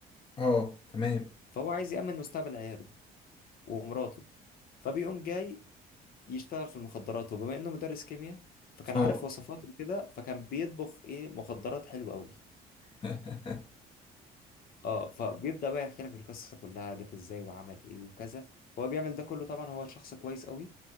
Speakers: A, on the left; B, on the left.
A: اه تمام
B: فهو عايز يأمن مستقبل عياله ومراته فبيقوم جاي يشتغل في المخدرات وبما إنه مدرس كيمياء فكان
A: فهو
B: عارف وصفاته كده فكان بيطبخ إيه مخدرات حلوة قوي
A: <laughs>
B: اه فبيبدأ بقى يحكي لك القصة كلها جت ازاي وعمل ايه وكذا هو بيعمل ده كله طبعا هو شخص كويس قوي